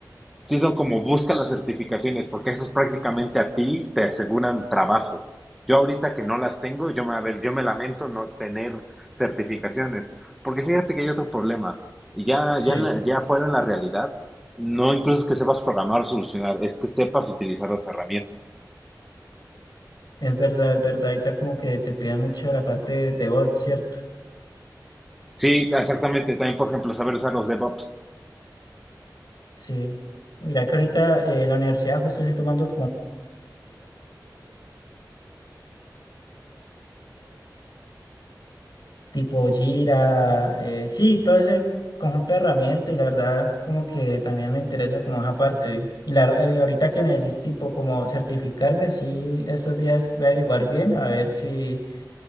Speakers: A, in the centre; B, on the left.
A: Sí son como busca las certificaciones, porque eso es prácticamente a ti te aseguran trabajo. Yo ahorita que no las tengo, yo me, a ver, yo me lamento no tener certificaciones, porque fíjate que hay otro problema, y ya,
B: sí.
A: ya, en la- ya fuera en la realidad, no incluso es que sepas programar o solucionar, es que sepas utilizar las herramientas.
B: Es verdad, es verdad. Ahorita como que te piden mucho la parte de bots, ¿cierto?
A: Sí, exactamente. También, por ejemplo, saber usar los DevOps.
B: Sí. Mira que ahorita eh, en la universidad justo estoy tomando tipo Jira, eh, sí, todo ese conjunto de herramientas y la verdad como que también me interesa como esa parte. Y, la, y ahorita que me decís tipo como certificarme, sí, estos días voy a averiguar bien a ver si,